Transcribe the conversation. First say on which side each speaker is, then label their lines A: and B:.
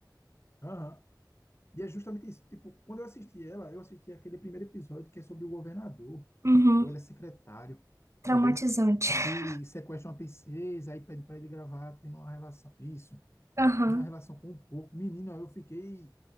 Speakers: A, on the left; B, on the right.
A: Aham. E é justamente isso. Tipo, quando eu assisti ela, eu assisti aquele primeiro episódio que é sobre o governador.
B: uhum,
A: Ou ele é secretário,
B: traumatizante.
A: entendeu? Que
B: <laughs>
A: sequestra uma princesa, aí pede para ele gravar, tendo uma relação. Isso,
B: Aham,
A: tendo uma relação com um porco. Menino, eu fiquei